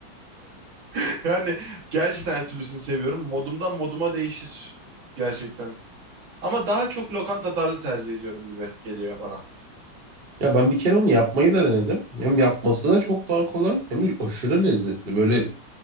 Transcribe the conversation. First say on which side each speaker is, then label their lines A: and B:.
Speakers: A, on the right; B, on the right.
A: <laughs> Yani gerçekten her türlüsünü seviyorum. Modumdan moduma değişir. Gerçekten. Ama daha çok lokanta tarzı tercih ediyorum gibi geliyor bana.
B: Ya ben bir kere onu yapmayı da denedim. Hem yapması da çok daha kolay hem de aşırı lezzetli. Böyle